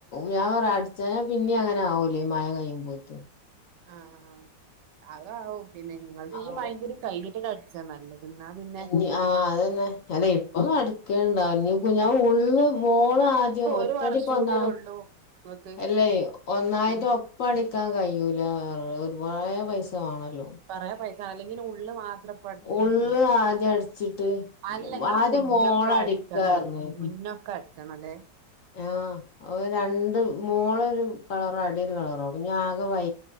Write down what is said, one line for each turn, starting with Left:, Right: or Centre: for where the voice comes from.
Left: ഞാൻ പറയാ അടി അട്ച്ചാഞ്ഞ പിന്നെ അങ്ങനെ ആവൂലെ ഈ മഴ കഴിയുമ്പോത്ത്?
Right: ആഹ് ആഹ് അത് ആവും പിന്നെ ഇങ്ങൾത്
Left: ആവും
Right: ഈ മഴേം കൂടി കഴിഞ്ഞിട്ടണ് അടിച്ചാ നല്ലത്. എന്നാ പിന്നെ
Left: ഇഞ്ഞി ആ അതന്നെ അല്ല ഇപ്പൊ അടിക്കലുണ്ടാവില്ല ഇഞ്ഞി <unintelligible> ഉള്ള് മോള് ആദ്യം
Right: ഇനിയിപ്പോ
Left: ഒറ്റടിക്ക്
Right: ഒരു വർഷം
Left: ഒന്നാ
Right: കൂടിയല്ലേ ഉള്ളൂ ഇങ്ങക്ക്
Left: അല്ലേയ് ഒന്നായിട്ട്
Right: ഉം
Left: ഒപ് ഒപ്പടിക്കാൻ കഴിയൂല ഒരുപാട് പൈസ വേണല്ലോ.
Right: കൊറേ പൈ അല്ലങ്ങിനെ ഉള്ളള് മാത്രം ഇപ്പൊ അടിച്ചും
Left: ഉള്ള് ആദ്യം അടിച്ചിട്ട്
Right: അല്ല ഇങ്ങളെ
Left: ആദ്യം
Right: മുന്നൊക്കടി
Left: മോളടിക്കാർഞ്ഞ്
Right: അട്ച്ചണെ മുന്നൊക്കെ അട്ച്ചണം ലെ?
Left: ആഹ് അഹ് രണ്ടും മോളൊരു കളറാ അടിയൊരു കളറാ അപ്പഞ്ഞി ആകെ വൈ